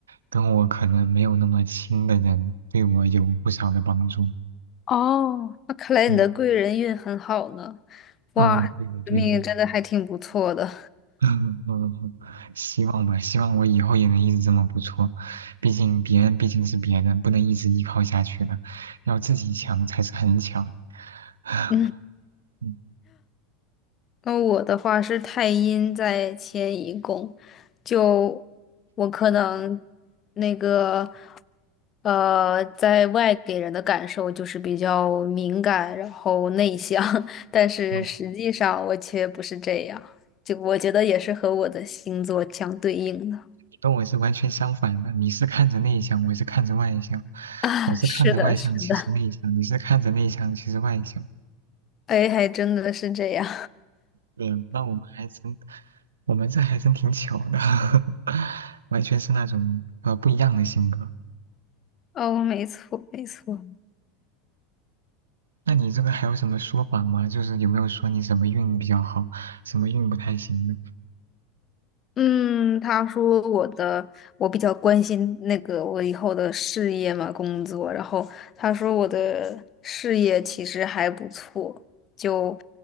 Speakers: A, on the right (about 70°); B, on the left (about 35°).
A: 跟我可能没有那么亲的人对我有不少的帮助，
B: 哦，那看来你的贵人运很好呢。
A: 嗯
B: 哇，
A: 嗯，对的对的，
B: 这命运真的还挺不错的。
A: <laughs> 嗯嗯嗯，希望吧，希望我以后也能一直这么不错。毕竟别人毕竟是别人，不能一直依靠下去的，要自己强才是很强。<laughs>
B: 嗯，
A: 嗯，
B: 那我的话是太阴在迁移宫，就我可能那个呃，在外给人的感受就是比较敏感，然后内向，<laughs> 但是实际上我却不是这样。
A: 嗯
B: 就我觉得也是和我的星座相对应的。
A: 你跟我是完全相反的，你是看着内向，我是看着外向，
B: <laughs> 啊，
A: 我是看着外向，
B: 是的，是的，
A: 其实内向，你是看着内向，其实外向。
B: 哎，还真的是这样。
A: 对那我们还真，我们这还真挺巧的，<laughs> 完全是那种呃不一样的性格。
B: 哦，没错，没错。
A: 那你这个还有什么说法吗？就是有没有说你什么运比较好，什么运不太行的？
B: 嗯，他说我的我比较关心那个我以后的事业嘛，工作。然后他说我的事业其实还不错，就